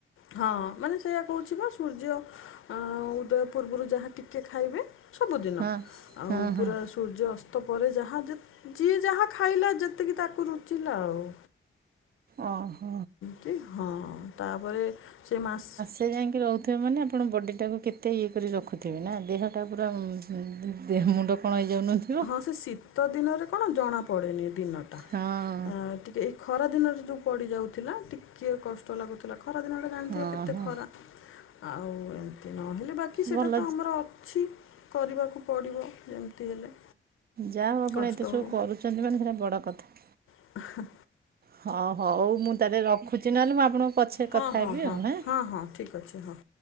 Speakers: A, on the left; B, on the right.
A: ହଁ ମାନେ ସେଇୟା କହୁଛି ପା ସୂର୍ଯ୍ୟ ଆଁ ଉଦୟ ପୂର୍ବୁରୁ ଯାହା ଟିକେ ଖାଇବେ ସବୁଦିନ
B: ହଁ
A: ଆଉ
B: ହଁ ହଁ।
A: ପୁରା ସୁ ସୂର୍ଯ୍ୟଅସ୍ତ ପରେ ଯାହା ଯେ ଯିଏ ଯାହା ଖାଇଲା ଯେତିକି ତାକୁ ରୁଚିଲା ଆଉ
B: ଅ ହ।
A: କି ହଁ ତାପରେ ସେ ମାସ
B: ଏତେ ଯାଙ୍କେ ରହୁଥିବେ ମାନେ ଆପଣ ବଡ଼ିଟାକୁ କେତେ ଇଏ କରି ରଖୁଥିବେ ନା ଦେହଟା ପୁରା ଉଁ ହୁଁ ଦେହ ମୁଣ୍ଡ କଣ ହେଇଯାଉନଥିବ
A: ହଁ ସେ ଶୀତ ଦିନରେ କଣ ଜଣାପଡ଼େନି ଦିନଟା
B: ହଁ
A: ହଁ ଟିକେ ଏଇ ଖରା ଦିନରେ ଯୋଉ ପଡିଯାଉଥିଲା ଟିକିଏ କଷ୍ଟ ଲାଗୁଥିଲା ଖରା ଦିନରେ ଜାଣିଥିବେ
B: ହଁ
A: କେତେ
B: ହଁ
A: ଖରା ଆଉ ଏମିତି ନହେଲେ ବାକି ସେଟା
B: ଭଲ
A: ତ ଆମର ଅଛି କରିବାକୁ ପଡ଼ିବ ଯେମିତି ହେଲେ
B: ଯା ହୋଉ ଆପଣ
A: କଷ୍ଟ
B: ଏତେ ସବୁ
A: ହଉ
B: କରୁଛନ୍ତି ମାନେ ସେଇଟା ବଡ଼ କଥା
A: <inaudible> ଆ ହା
B: ହ ହଉ ମୁଁ ତାହେଲେ ରଖୁଛି ନହେଲେ ମୁଁ ଆପଣଙ୍କୁ ପଛେ
A: ହଁ
B: କଥା
A: ହଁ
B: ହେବି
A: ହଁ
B: ଆଉ ହାଁ
A: ହଁ ହଁ ଠିକ୍ ଅଛି ହଁ